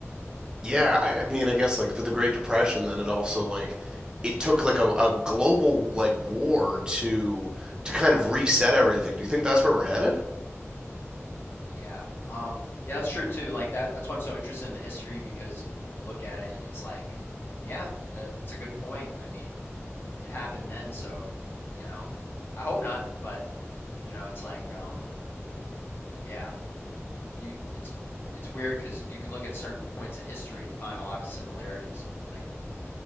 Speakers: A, on the right (about 15°); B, on the left (about 50°).
A: Yeah, I I mean, I guess like with the Great Depression, then it also like it took like a, a global like war to to kind of reset everything. Do you think that's where we're headed?
B: Yeah. Um, yeah, that's true too. Like that, that's why I'm so interested in the history because you look at it and it's like, yeah, that, that's a good point. I mean, it happened then, so, you know, I hope not, but you know, it's like, um, yeah, you, it's, it's weird because you can look at certain points in history and find a lot of similarities. Like,